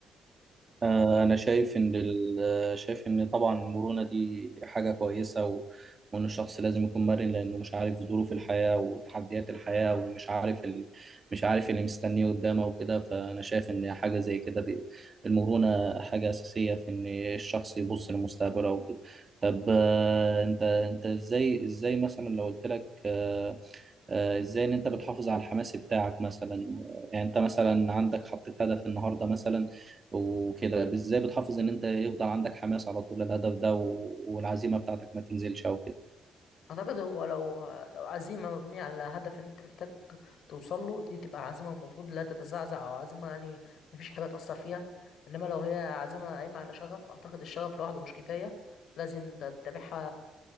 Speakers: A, on the right; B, on the left.
A: آه، أنا شايف إن ال- شايف إن طبعا المرونة دي حاجة كويسة و... وإن الشخص لازم يكون مرن لأنه مش عارف ظروف الحياة وتحديات الحياة ومش عارف ال... مش عارف اللي مستنيه قدامه وكده فأنا شايف إن حاجة زي كده ب... المرونة حاجة أساسية في إن الشخص يبص لمستقبله وكده طب آه، أنت أنت إزاي إزاي مثلا لو قلت لك آه، آه، ازاي ان انت بتحافظ على الحماس بتاعك مثلا آه، يعني انت مثلا عندك حطيت هدف النهارده مثلا وكده ازاي بتحافظ ان انت يفضل عندك حماس على طول الهدف ده و- والعزيمه بتاعتك ما تنزلش او كده
B: اعتقد هو لو لو عزيمه مبنيه على هدف ان انت محتاج توصل له دي تبقى عزيمه المفروض لا تتزعزع او عزيمه يعني مفيش حاجه تاثر فيها انما لو هي عزيمه قايمه على شغف اعتقد الشغف لوحده مش كفايه لازم تتبعها